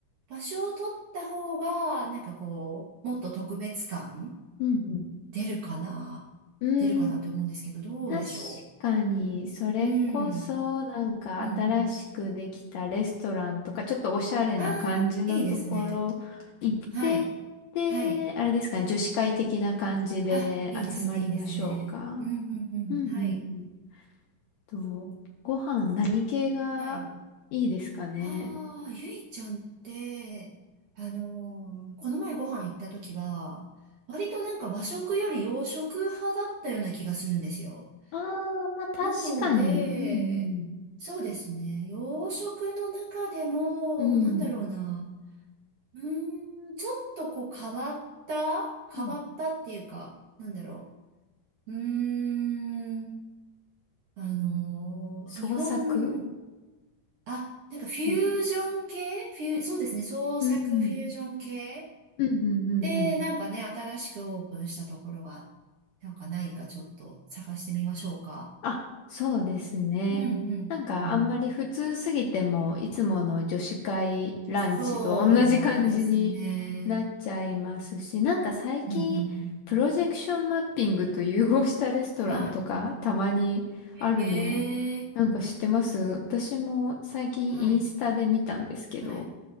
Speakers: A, on the right (about 75°); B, on the left (about 75°).
A: う。場所を取った方が、なんかこう、もっと特別感
B: うん
A: 出るかな出るかなって思うんですけど、
B: うん。うーん、
A: どうでしょ
B: 確かに、それこそ、
A: ううん。
B: なんか新しくできたレストランとか、
A: うん、うん。
B: ちょっとおしゃれな感じのところ行ってって、
A: ああ、いいですね。はい。はい。
B: あれですかね、女子会的な感じで集まりましょうか。
A: あ、いいですね、いいですね。うん、うん、うん。
B: うんうんうん。
A: はい。
B: と、ご飯何系がいいですかね。
A: はい。ああ、ゆいちゃんって、あのーこの前ご飯行った時は、割となんか和食より洋食派だったような気がするんですよ。
B: ああ、まあ確かに。
A: なので、
B: うん
A: そうですね。洋食の中でも、
B: うん。
A: なんだろうな。
B: うん。
A: うーん、ちょっとこう変わった変わったっていうか、
B: うん
A: なんだろう。うーん、あのー日本、
B: 創作
A: あ、なんかフュージョン系フュー、
B: みたい
A: そうですね、創作フュージョン系
B: な。うんうん。うんうんうんうん。
A: で、なんかね、新しくオープンしたところが、なんかないかちょっと探してみましょうか。
B: あ、そうですね。
A: うんうんうん。
B: なんかあんまり普通すぎても、いつもの女子会ランチと同じ感じになっちゃいますし、
A: そうですね。
B: なんか最近、
A: うんうん
B: プロジェクションマッピングと融合したレストランとかたまにあるの、
A: うん。はい。ええ
B: なんか知ってます私も最近インスタで見たんですけど、
A: はい。はい。